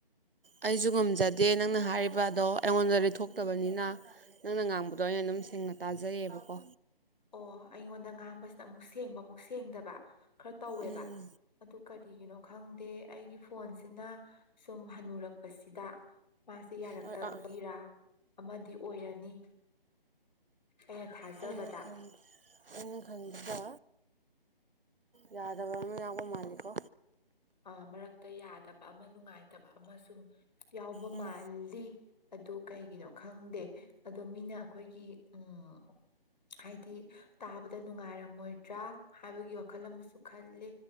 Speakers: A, on the right; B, on the left.
A: ꯑꯩꯁꯨ ꯉꯝꯖꯗꯦ ꯅꯪꯅ ꯍꯥꯏꯔꯤꯕ ꯑꯗꯣ ꯑꯩꯉꯣꯟꯗ ꯂꯩꯊꯣꯛꯇꯕꯅꯤꯅ ꯅꯪꯅ ꯉꯥꯡꯕꯗꯣ ꯑꯩꯅ ꯑꯗꯨꯝ ꯁꯦꯡꯅ ꯇꯥꯖꯩꯑꯕꯀꯣ
B: ꯑꯣ ꯑꯩꯉꯣꯟꯗ ꯉꯥꯡꯕꯁꯤꯅ ꯑꯃꯨꯛ ꯁꯦꯡꯕ ꯑꯃꯨꯛ ꯁꯦꯡꯗꯕ ꯈꯔ ꯇꯧꯋꯦꯕ
A: ꯎꯝ
B: ꯑꯗꯨ ꯀꯔꯤꯒꯤꯅꯣ ꯈꯪꯗꯦ ꯑꯩꯒꯤ ꯐꯣꯟꯁꯤꯅ ꯁꯨꯝ ꯍꯟꯅꯨꯔꯛꯄꯁꯤꯗ ꯃꯥꯁꯦ ꯌꯥꯔꯛꯇꯕꯒꯤꯔ
A: ꯍꯣꯏ ꯑꯥ
B: ꯑꯃꯗꯤ ꯑꯣꯏꯔꯅꯤ ꯑꯩꯅ ꯊꯥꯖꯕꯗ
A: ꯑꯩꯅ ꯈꯟꯂꯤ ꯑꯩꯅ ꯈꯟꯕꯗ ꯌꯥꯗꯕ ꯑꯃ ꯌꯥꯎꯕ ꯃꯥꯜꯂꯤꯀꯣ
B: ꯑꯥ ꯃꯔꯛꯇ ꯌꯥꯗꯕ ꯑꯃ ꯅꯨꯡꯉꯥꯏꯇꯕ ꯁꯨꯝ ꯌꯥꯎꯕ
A: ꯎꯝ
B: ꯃꯥꯜꯂꯤ ꯑꯗꯨ ꯀꯩꯒꯤꯅꯣ ꯈꯪꯗꯦ ꯑꯗꯣ ꯃꯤꯅ ꯑꯩꯈꯣꯏꯒꯤ ꯎꯝ ꯍꯥꯏꯗꯤ ꯇꯥꯕꯗ ꯅꯨꯡꯉꯥꯏꯔꯝꯃꯣꯏꯗ꯭ꯔꯥ ꯍꯥꯏꯕꯒꯤ ꯋꯥꯈꯜ ꯑꯃꯁꯨ ꯈꯜꯂꯤ